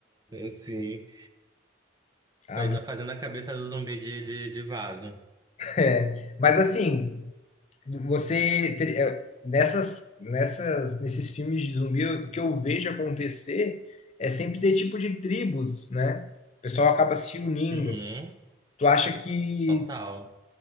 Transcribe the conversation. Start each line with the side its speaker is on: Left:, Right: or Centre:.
Right: Sim.
Left: Ah,
Right: Pra ir na- fazendo a cabeça do zumbi de, de, de vaso.
Left: <laughs> é. Mas assim, você ter- é, nessas, nessas, nesses filmes de zumbi, o que eu vejo acontecer é sempre ter tipo de tribos, né? O pessoal acaba se unindo.
Right: Uhum.
Left: Tu acha que,
Right: Total.